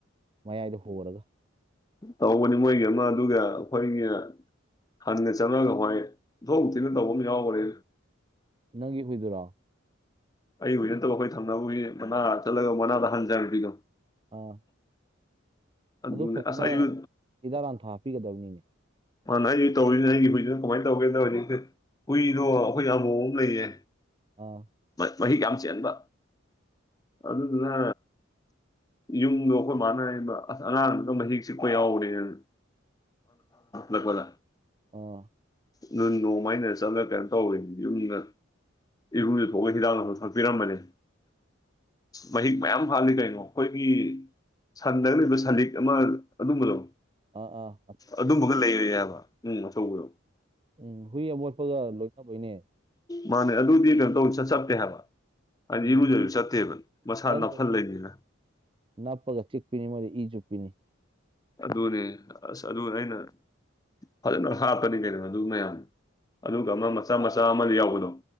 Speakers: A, on the right; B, on the left.
A: ꯃꯌꯥꯏꯗ ꯍꯣꯔꯒ
B: ꯇꯧꯕꯅꯤ ꯃꯣꯏꯒꯤ ꯑꯃ ꯑꯗꯨꯒ ꯑꯩꯈꯣꯏꯒꯤ ꯍꯟꯅ ꯆꯪꯉꯒ ꯍꯣꯏꯊꯣꯛ ꯊꯤꯅ ꯇꯧꯕ ꯑꯃ ꯌꯥꯎꯈ꯭ꯔꯦ
A: ꯅꯪꯒꯤ ꯍꯨꯏꯗꯨꯔꯣ
B: ꯑꯩ ꯍꯧꯖꯤ ꯅꯠꯇꯕ ꯑꯩꯈꯣꯏ ꯊꯝꯅꯕꯖꯤ ꯃꯅꯥ ꯆꯠꯂꯒ ꯃꯅꯥꯗ ꯍꯟꯖꯔꯕꯤꯗꯣ
A: ꯑꯣ
B: ꯑꯗꯨꯅꯦ
A: ꯑꯗꯨ ꯐꯖꯅ
B: ꯑꯁ ꯑꯩꯁꯨ
A: ꯍꯤꯗꯥ ꯂꯥꯟꯊꯥ ꯍꯥꯞꯄꯤꯒꯗꯕꯅꯤꯅꯦ
B: ꯃꯥꯥꯟ ꯅ ꯑꯩꯁ ꯇꯧꯔꯤꯁꯤꯅ ꯑꯩꯒꯤ ꯍꯨꯏꯁꯤꯅ ꯀꯃꯥꯏꯅ ꯇꯧꯒꯦ ꯍꯧꯖꯤꯛꯁꯦ ꯍꯨꯏꯗꯣ ꯑꯩꯈꯣꯏ ꯑꯕꯣ ꯑꯃ ꯂꯩꯌꯦ
A: ꯑꯥ
B: ꯃꯍꯤ ꯀꯝ ꯆꯕ ꯑꯗꯨꯗꯨꯅ ꯌꯨꯝꯗꯣ ꯑꯩꯈꯣꯏ ꯃꯥꯟꯅ ꯑꯁ ꯑꯉꯥꯡꯗ ꯃꯍꯤꯛ ꯆꯤꯛꯄ ꯌꯥꯎꯔꯦꯅ ꯂꯣꯂ
A: ꯑꯥ
B: ꯅ ꯅꯣꯡꯃꯥꯏꯩꯅ ꯆꯠꯂꯒ ꯀꯩꯅꯣ ꯇꯧꯋꯅꯤ ꯌꯨꯝꯗ ꯏꯕꯨꯝꯗꯨ ꯊꯣꯛꯑ ꯍꯤꯗꯥꯛ ꯑꯃꯨꯛ ꯊꯛꯄꯤꯔꯝꯕꯅꯤ ꯃꯍꯤꯛ ꯃꯌꯥꯝ ꯍꯥꯜꯂꯤ ꯀꯩꯅꯣ ꯑꯩꯈꯣꯏꯒꯤ ꯁꯟꯗ ꯂꯩꯕ ꯁꯂꯤꯛ ꯑꯃ ꯑꯗꯨꯝꯕ ꯂꯧ
A: ꯑ ꯑ
B: ꯑꯗꯨꯝꯕꯒ ꯂꯩꯔ ꯌꯥꯕ ꯑꯊꯧꯕꯗꯣ
A: ꯎꯝ ꯍꯨꯏ ꯑꯃꯨꯣꯠꯐꯥꯎꯗ ꯂꯣꯏꯅꯕꯩꯅꯦ
B: ꯃꯥꯅꯦ ꯑꯗꯨꯗꯤ ꯀꯩꯅꯣ ꯇꯧ ꯁ ꯆꯀꯦ ꯍꯥꯏꯕ
A: ꯎꯝ
B: ꯑꯩꯗꯤꯔꯨꯖꯕꯁꯨ ꯆꯠꯇꯦꯕ ꯃꯁꯥ
A: ꯆꯠꯂꯣꯏꯍꯦ
B: ꯅꯅꯥꯞꯊꯜꯂꯅꯤꯅ
A: ꯅꯞꯄꯒ ꯆꯤꯛꯄꯤꯅꯤ ꯃꯣꯏꯗꯤ ꯏꯁꯨ ꯄꯤꯅꯤ
B: ꯑꯗꯨꯅꯦ ꯑꯁ ꯑꯗꯨ ꯑꯩꯅ ꯐꯖꯅ ꯍꯥꯞꯀꯅꯤ ꯀꯩꯗꯅꯣ ꯑꯗꯨ ꯃꯌꯥꯝ ꯑꯗꯨꯒ ꯑꯃ ꯃꯆꯥ ꯃꯆꯥ ꯑꯃ ꯌꯥꯎꯕꯗꯣ